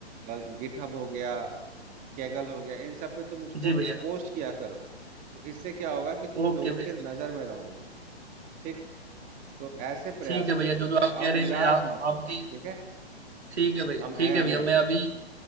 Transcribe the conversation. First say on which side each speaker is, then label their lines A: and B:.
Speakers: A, on the right (about 25°); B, on the right (about 75°).
A: गिटहब हो गया कैगल हो गया इन सब पे तुम उसको
B: हूँ जी भैया
A: पोस्ट किया करो तो इससे क्या होगा कि तुम
B: ओके
A: लोगों
B: भैया
A: के नजर में रहोगे ठीक तो ऐसे प्रयास
B: ठीक है भैया
A: करो
B: जो जो आप कह
A: और
B: रहे
A: निराश
B: हैं मैं आप
A: मत
B: आपकी
A: हो ठीक है
B: ठीक है भैया
A: हम हैं
B: ठीक है
A: अभी
B: भैया
A: यहाँ
B: मैं अभी